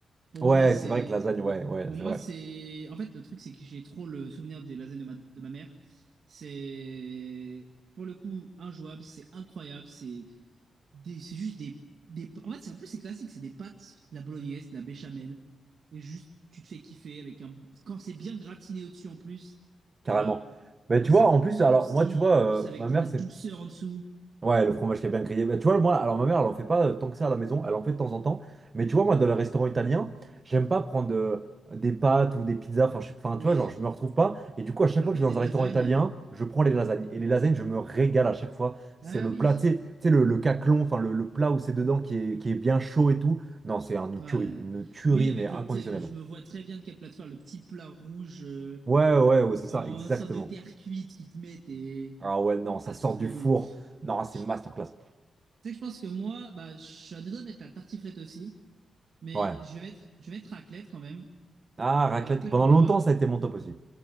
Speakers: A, on the right; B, on the right.
A: Pour
B: Ouais,
A: moi, c'est.
B: c'est vrai que lasagne, ouais, ouais,
A: Pour
B: c'est
A: moi,
B: vrai,
A: c'est. En fait, le truc, c'est que j'ai trop le souvenir des lasagnes de ma, de ma mère. C'est. Pour le coup, injouable, c'est incroyable. C'est des... c'est juste des... des. En fait, c'est en plus, c'est classique. C'est des pâtes, de la bolognaise, de la béchamel. Et juste, tu te fais kiffer avec un. Quand c'est bien gratiné au-dessus, en plus,
B: carrément.
A: t'es là.
B: Mais
A: Quand
B: tu
A: ça
B: vois, en plus,
A: croustille,
B: alors moi, tu vois,
A: en plus,
B: euh,
A: avec
B: ma mère,
A: la
B: c'est.
A: douceur en dessous.
B: Ouais, le fromage qui est bien grillé. Mais tu vois, moi, alors ma mère, elle en fait pas euh, tant que ça à la maison, elle en fait de temps en temps. Mais tu vois, moi, dans les restaurants italiens, j'aime pas prendre euh, des pâtes ou des pizzas. Enfin, je- enfin,
A: Oui,
B: tu vois, genre, je me retrouve pas. Et du coup, à chaque
A: Alors
B: fois
A: que
B: que je
A: des
B: vais dans
A: lasagnes,
B: un restaurant italien, je prends les lasagnes. Et les lasagnes, je me régale à chaque fois. C'est
A: ah
B: le
A: oui,
B: plat, tu sais, tu sais, le, le caclon, enfin, le, le plat où c'est dedans qui est, qui est bien chaud et tout. Non, c'est un- une
A: ouais.
B: tuerie, une tuerie,
A: Oui, avec
B: mais inconditionnelle.
A: le petit, je me vois très bien de quelle plateforme, le petit plat rouge euh,
B: Ouais, ouais, ouais, c'est
A: en
B: ça, exactement.
A: sorte de terre cuite qui te mettent et
B: Ah ouais, non, ça
A: ah
B: sort
A: c'est trop
B: du four.
A: bon.
B: Non, c'est
A: Je-
B: masterclass.
A: Tu sais que je pense que moi, bah je suis à deux doigts de mettre la tartiflette aussi, mais
B: Ouais.
A: je vais mettre, je vais mettre raclette quand même.
B: Ah, raclette.
A: La raclette
B: Pendant
A: pour
B: longtemps,
A: moi,
B: ça a été mon top aussi.